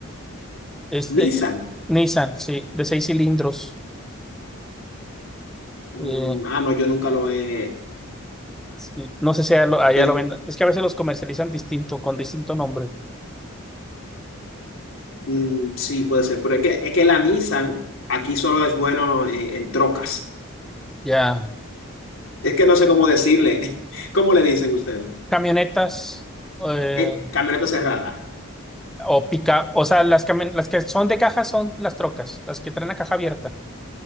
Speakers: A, in the centre; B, on the left (about 70°).
A: Es de
B: Nissan.
A: eh, Nissan, sí, de seis cilindros.
B: Mm,
A: Eh,
B: ah, no, yo nunca lo he...
A: Sí, No sé si allá lo, allá
B: es-
A: lo vendan. Es que a veces los comercializan distinto, con distinto nombre.
B: mm, sí, puede ser, pero es que, es que la Nissan aquí solo es bueno eh, en trocas.
A: Ya.
B: Es que no sé cómo decirle. <laughs> ¿Cómo le dicen ustedes?
A: Camionetas eh,
B: Es camioneta cerrada.
A: o pica. O sea, las, cami- las que son de caja son las trocas, las que traen la caja abierta.